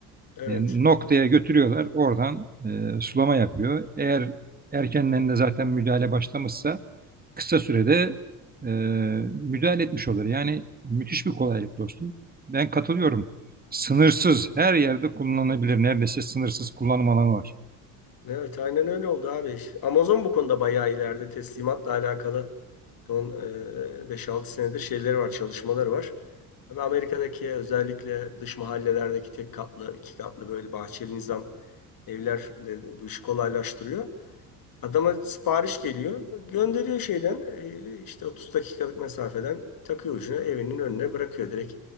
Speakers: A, on the left; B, on the right.
A: evet.
B: E, noktaya götürüyorlar. Oradan e, sulama yapıyor. Eğer erkenden de zaten müdahale başlamışsa kısa sürede e, müdahale etmiş olur. Yani müthiş bir kolaylık dostum. Ben katılıyorum. Sınırsız her yerde kullanılabilir. Neredeyse sınırsız kullanım alanı var.
A: Evet aynen öyle oldu abi. Amazon bu konuda bayağı ileride teslimatla alakalı son e, 5-6 senedir şeyleri var, çalışmaları var. Tabii Amerika'daki özellikle dış mahallelerdeki tek katlı, iki katlı böyle bahçeli nizam evler de bu işi kolaylaştırıyor. Adama sipariş geliyor. Gönderiyor şeyden e, işte 30 dakikalık mesafeden takıyor ucuna evinin önüne bırakıyor direkt.